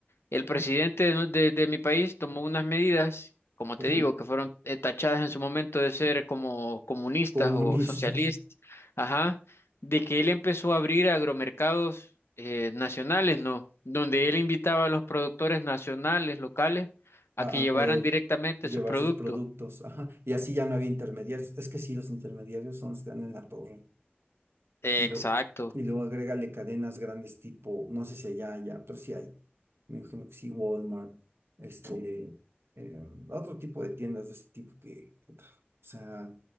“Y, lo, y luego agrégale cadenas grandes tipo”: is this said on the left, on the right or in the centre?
Right